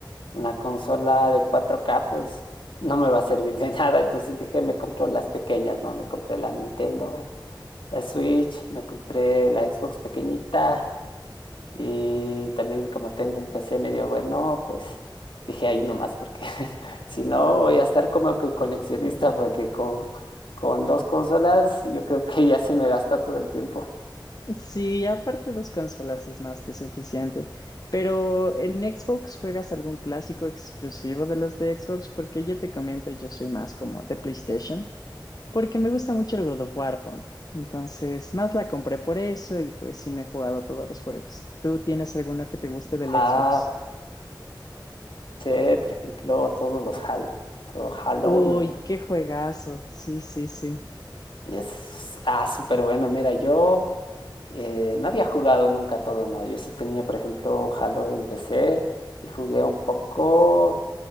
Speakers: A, on the left; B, on the left.
A: una consola de cuatro k pues no me va a servir de <laughs> nada. Entonces dije, me compro las pequeñas, ¿no? Me compré la Nintendo, la Switch, me compré la Xbox pequeñita. Y también como tengo un PC medio bueno, pues dije ahí nomás, porque <laughs> si no voy a estar como que coleccionista, porque con, con dos consolas yo creo que ya se me gasta todo el tiempo.
B: Sí, aparte dos consolas es más que suficiente. Pero ¿en Xbox juegas algún clásico exclusivo de los de Xbox? Porque yo te comento, yo soy más como de PlayStation, porque me gusta mucho el God of War, ponte. Entonces, más la compré por eso y pues sí me he jugado todos los juegos. ¿Tú tienes alguno que te guste del
A: Ah,
B: Xbox?
A: sí, por ejemplo, todos los Halo. Todo Halo
B: Uy,
A: me
B: qué juegazo. Sí, sí, sí.
A: es ah, súper bueno. Mira, yo eh, no había jugado nunca todo, no. Yo sí tenía, por ejemplo, Halo en PC y jugué un poco.